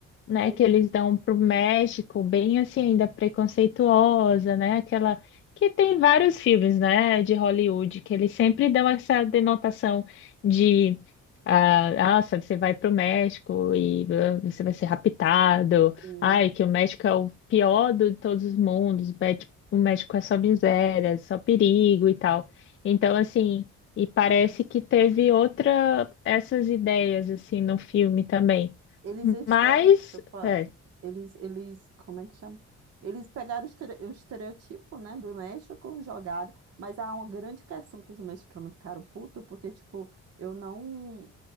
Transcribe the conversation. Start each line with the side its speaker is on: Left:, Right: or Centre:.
Left: né,
Right: ele-
Left: que eles dão para o México, bem assim, ainda preconceituosa, né? Aquela que tem vários filmes, né, de Hollywood, que eles sempre dão essa denotação de ah, nossa, você vai para o México e ah, você vai ser raptado.
Right: sim.
Left: Ai, que o México é o pior de todos os mundos, o México o México é só miséria, só perigo e tal. Então, assim, e parece que teve outra essas ideias assim no filme também.
Right: Eles estereotipam,
Left: Mas é.
Right: eles, eles, como é que chama? Eles pegaram o estere- o estereotipo, né, do México, jogaram, mas há uma grande questão que os mexicanos ficaram putos, porque, tipo, eu não.